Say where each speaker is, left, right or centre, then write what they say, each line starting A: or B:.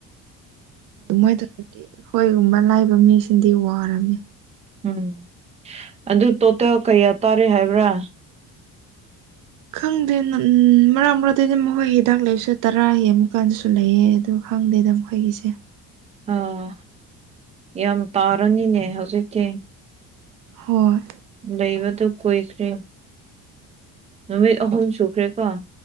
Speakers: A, on the right; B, on the right.
A: ꯑꯗꯨꯃꯥꯏꯅ ꯇꯧꯔꯗꯤ ꯑꯩꯈꯣꯏꯒꯨꯝꯕ ꯂꯥꯏꯕ ꯃꯤꯁꯤꯡꯗꯤ ꯋꯥꯔꯝꯅꯤ
B: ꯎꯝ ꯑꯗꯨ ꯇꯣꯇꯦꯜ ꯀꯌꯥ ꯇꯥꯔꯦ ꯍꯥꯏꯕ꯭ꯔꯥ
A: ꯈꯪꯗꯦ ꯅ ꯃꯔꯛ ꯃꯔꯛꯇꯗꯤ ꯃꯈꯣꯏ ꯍꯤꯗꯥꯛ ꯂꯩꯕꯁꯨ ꯇꯔꯥ ꯍꯦꯡꯕ ꯀꯥꯟꯗꯁꯨ ꯂꯩꯌꯦ ꯑꯗꯨ ꯈꯪꯗꯦꯗ ꯃꯈꯣꯏꯒꯤꯁꯦ
B: ꯑꯥ ꯌꯥꯝ ꯄꯥꯔꯅꯤꯅꯦ ꯍꯧꯖꯤꯛꯀꯤ
A: ꯍꯣꯏ
B: ꯂꯩꯕꯗꯨ ꯀꯣꯏꯈ꯭ꯔꯦ ꯅꯨꯃꯤꯠ ꯑꯍꯨꯝ ꯁꯨꯈ꯭ꯔꯦꯀꯣ